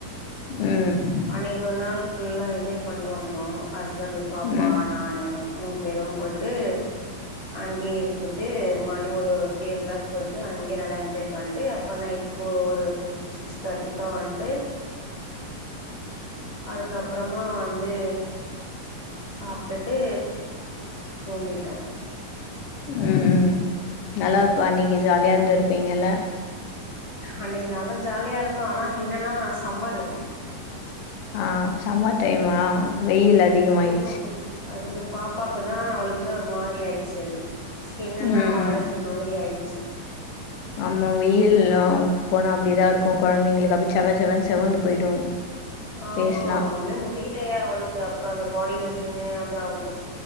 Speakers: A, on the left; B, on the left.
A: ம்
B: அன்னைக்கு ஒரு நாள் ஃபுல்லா என்ஜாய் பண்ட்டு வந்தோ ஹஸ்பண்ட்டு பாப்பா
A: ம்
B: நானு மூணு பேரு போயிட்டு அங்கேயே இருந்துட்டு மார்னிங் ஒரு த்ரீ ஓ க்ளாக் போயிட்டு அங்கேயே நல்லா என்ஜாய் பண்ட்டு அப்ப நைட்டுக்கு ஒரு சிக்ஸ் தேட்டிக்கு வந்ட்டு அதுக்கப்றமா வந்து சாப்டுட்டு தூங்கிட்டோ
A: ம் நல்லா அப்பன்னைக்கு ஜாலியா இருந்து இருப்பீங்கல்ல
B: அன்னைக்கு நல்லா ஜாலியா இருந்தோ ஆனா என்னன்னா சம்மரு
A: ஆ சம்மர் டைம்மா வெயில் அதிகமாயிர்ச்சு
B: ம் அதுக்கு பாப்பாக்கு தா அவுளுக்கு தா ஒரு மாரி ஆயிச்சு ஸ்கின்னெலா
A: ம்
B: அலர்ஜி
A: ம்
B: மா ரி ஆயிச்சு
A: ஆமா வெயில்ல போனா அப்படிதா இருக்கு கொழந்தைங்களுக்கு அப்டி செவ செவன்னு செவந்து போயிடு
B: ஆமா
A: ஃபேஸ்லா
B: ஒண்ணுமே முடிலியா அவுளுக்கு அப்றோ அந்த பாடி லோஷன்னு அது அவ்ளுக்கு சு